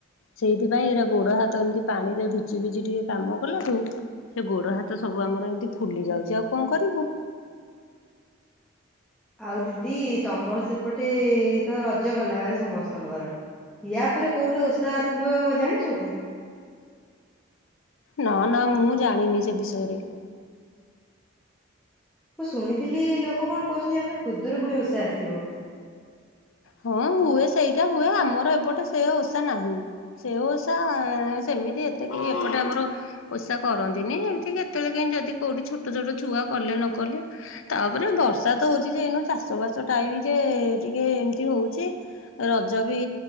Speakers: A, on the left; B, in the centre.
A: ସେଇଥିପାଇଁ ଏରା ଗୋଡ଼ ହାତ ଏମିତି ପାଣିରେ ଯିବି ଟିକେ କାମ କଲାଠୁ ସେ ଗୋଡ ହାତ ସବୁ ଆମର ଏମିତି ଫୁଲି ଯାଉଛି ଆଉ କଣ କରିବୁ।
B: ଆଉ ଦିଦି ତମର ସେପଟେ ତ ରଜ ଗଲା ଭାବ ସମସ୍ତଙ୍କର ୟା ପରେ କୋଉଠି ଉତ୍ସାହ ଆସିବ ଜାଣିଛ କି?
A: ନା ନା ମୁଁ ଜାଣିନି ସେ ବିଷୟରେ
B: ମୁଁ ଶୁଣିଥିଲି ଲୋକ କଣ କହୁଛନ୍ତି ୟାପରେ କୁଦରୁ ପୁଣି ଓଷା ଆସିବ।
A: ହଁ ହୁଏ ସେଇଟା ହୁଏ ଆମର ଏପଟେ ସେ ଓଷା ନାହିଁ ସେ ଓଷା ସେମିତି ଏତେ କେହି ଏପଟେ ଆମର ଓଷା କରନ୍ତିନି ଏମିତି କେତେବେଳେ କେ ଯଦି କୋଉଠି ଛୋଟ ଛୋଟ ଛୁଆ କଲେ ନ କଲେ ତାପରେ ବର୍ଷା ତ ହଉଛି ଯେନୁ ଚାଷ ବାସ ଟାଇମ ଯେ ଟିକେ ଏ ହଉଛି ରଜ ବି